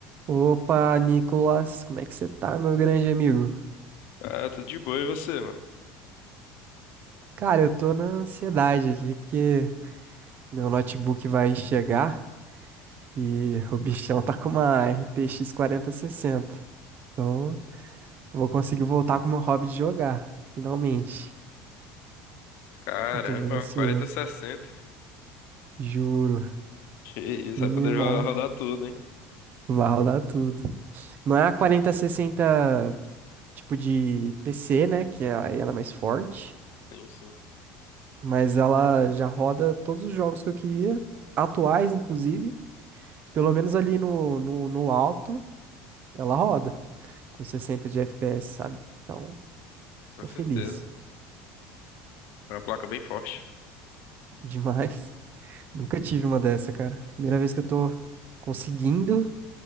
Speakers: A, on the right; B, on the left.
A: Opa, Nicolas, como é que você tá, meu grande amigo?
B: Ah, tudo de boa, e você, mano?
A: Cara, eu tô na ansiedade aqui porque meu notebook vai chegar e <laughs> o bichão tá com uma RTX 4060. Então, vou conseguir voltar com o meu hobby de jogar, finalmente.
B: Caramba,
A: Então, tô bem ansioso,
B: 4060.
A: juro.
B: Que isso,
A: Me
B: vai
A: mimar,
B: poder ro- rodar tudo, hein?
A: vai rodar tudo. Não é a 4060 tipo de PC, né? Que é, aí ela é mais forte.
B: Sim, sim,
A: Mas ela já roda todos os jogos que eu queria, atuais inclusive, pelo menos ali no, no, no alto, ela roda, com 60 de FPS, sabe? Então,
B: com
A: tô
B: certeza.
A: feliz
B: É uma placa bem forte.
A: demais. <laughs> Nunca tive uma dessa, cara. Primeira vez que eu tô conseguindo